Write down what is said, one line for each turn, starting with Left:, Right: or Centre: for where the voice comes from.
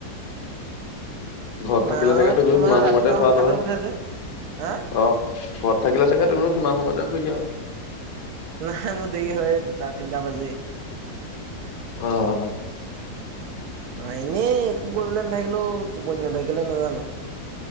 Left: ঘৰত
Right: মাহঁত
Left: থাকিলে চাগে তুমিও
Right: তোমাৰ
Left: কিমান
Right: ৰাতিপুৱা
Left: সময়তে পোৱা
Right: সোনকালে
Left: নহয়
Right: উঠে যে হা
Left: আহ ঘৰত থাকিলে চাগে তুমিও সিমান সময়তে শুই দিিয়া
Right: নাই মোৰ দেৰি হয় দুটা তিনটা বাজি
Left: আহ
Right: অ এনেই একো কৰিবলৈ নাথাকিলেও টোপনি নাথাকিলে নাজানো।